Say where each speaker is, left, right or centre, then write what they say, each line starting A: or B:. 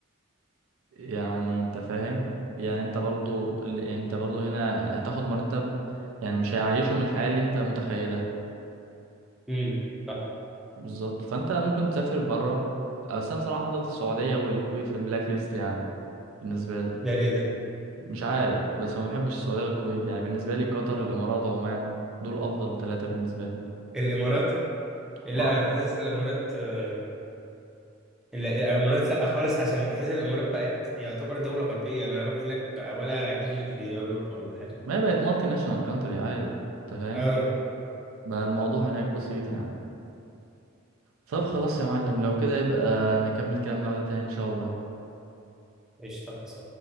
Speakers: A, on the right (about 80°); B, in the centre.
A: يعني انت فاهم يعني انت برضو يعني انت برضو هنا هتاخد مرتب يعني مش هيعيشه من الحياه اللي انت متخيلها
B: امم صح
A: بالظبط فانت ممكن تسافر بره بس انا بصراحه حاطط السعوديه والكويت في البلاك ليست يعني بالنسبه لي
B: ده ليه ده
A: مش عارف بس ما بحبش السعودية والكويت يعني بالنسبة لي قطر الإمارات عمان دول أفضل ثلاثة بالنسبة لي
B: الامارات لا
A: اه
B: انا حاسس الامارات آه، لا، الامارات لا خالص عشان حاسس الامارات بقت يعتبر دولة غربية انا هروح هناك بقى ولا اكني في اوروبا ولا حاجة
A: ما هي بقت مالتي ناشونال كانتري عادي أنت فاهم
B: اه
A: بقى الموضوع هناك بسيط يعني طب خلاص يا معلم لو كده يبقى نكمل كلامنا وقت تاني إن شاء الله
B: ايش تخلص